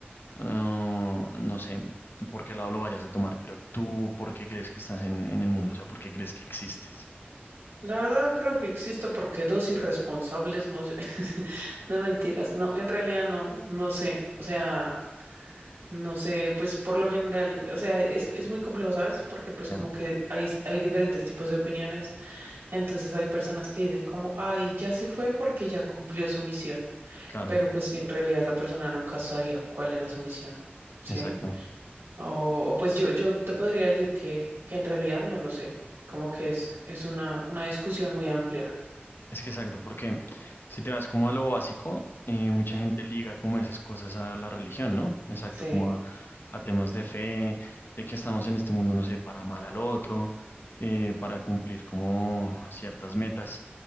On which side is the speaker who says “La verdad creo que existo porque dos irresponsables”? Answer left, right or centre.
Right